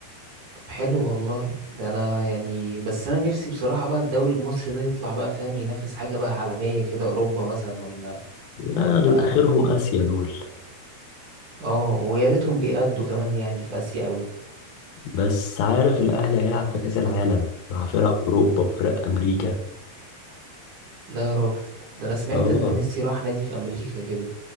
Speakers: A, on the right (about 55°); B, on the left (about 75°).
A: حلو والله ده انا يعني بس انا نفسي بصراحة بقى الدوري المصري ده يطلع بقى فاهم ينافس حاجة بقى عالمية كده اوروبا مثلا ولا
B: لا
A: ولا
B: دول اخرهم اسيا دول
A: اه ويا ريتهم بيأدوا كمان يعني في اسيا اوي
B: بس عارف الأهلي هيلعب في كأس العالم مع فرق أوروبا وفرق أمريكا
A: لا يا راجل ده انا سمعت
B: آه
A: اللي ميسي راح نادي في امريكا كده